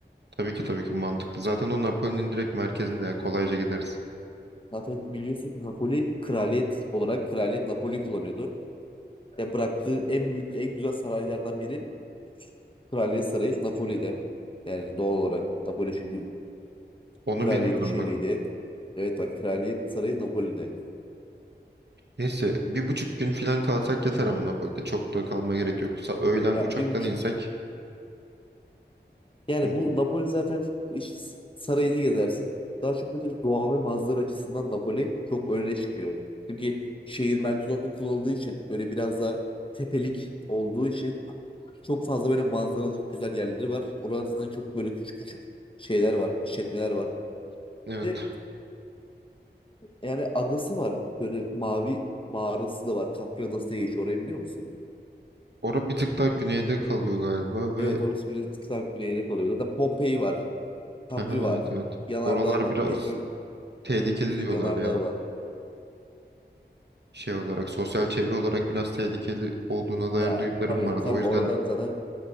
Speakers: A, on the right; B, on the left.
A: tabii ki tabii ki mantıklı. Zaten o Napoli'nin direkt merkezinde ya, kolayca gideriz.
B: Zaten biliyorsun Napoli kraliyet olarak kraliyet Napoli kullanıyordu. Ya bıraktığı en büyük en güzel saraylardan biri Kraliyet Sarayı Napoli'de. Yani doğal olarak Napoli çünkü
A: Onu
B: kraliyetin
A: bilmiyordum
B: şehriydi.
A: bak.
B: Evet bak Kraliyet Sarayı Napoli'de.
A: Neyse bir buçuk gün falan kalsak yeter ama Napoli'de. Çok da kalmaya gerek yok. Sa- Öğlen
B: Yani
A: uçaktan
B: bir buçuk
A: insek.
B: yani
A: Mu-
B: bu Napoli zaten iş sarayını gezersin. Daha çok böyle doğa ve manzara açısından Napoli çok öne çıkıyor. Çünkü şehir merkez olarak kullanıldığı için böyle biraz da tepelik olduğu için çok fazla böyle manzaralı güzel yerleri var. Oralarda çok böyle küçük küçük şeyler var, işletmeler var.
A: Evet.
B: Bir de Yani adası var. Böyle mavi mağarası da var. Capri Adası diye geçiyor. Orayı biliyor musun?
A: Ora bir tık daha güneyde kalıyor galiba ve
B: Evet orası bir kıta güneyde kalıyor. Zaten Pompei var.
A: <laughs>
B: Capri
A: Aha,
B: var.
A: evet evet.
B: Yanardağ
A: Oralar
B: var.
A: biraz
B: Vezüv,
A: tehlikeli
B: Vezüv
A: diyorlar
B: Yanardağ
A: ya.
B: var.
A: Şey olarak sosyal çevre olarak biraz tehlikeli olduğuna dair
B: Ya
A: duyumlarım
B: tabii
A: vardı.
B: tabii
A: O yüzden
B: oradan zaten